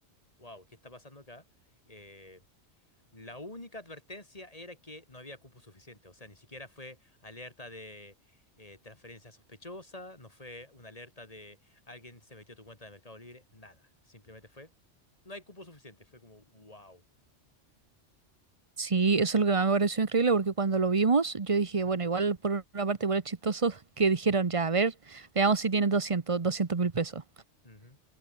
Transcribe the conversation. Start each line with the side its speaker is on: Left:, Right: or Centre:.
Left: wow, ¿qué está pasando acá? Eh, la única advertencia era que no había cupo suficiente, o sea, ni siquiera fue alerta de eh, transferencia sospechosa, no fue una alerta de alguien se metió a tu cuenta de Mercado Libre, nada, simplemente fue, no hay cupo suficiente, fue como, wow.
Right: Sí, eso es lo que más me pareció increíble porque cuando lo vimos, yo dije,
Left: Ujú,
Right: bueno, igual por una parte igual es chistoso <laughs> que dijeron, ya, a ver, veamos si tienen doscientos 200 mil pesos.
Left: ujú.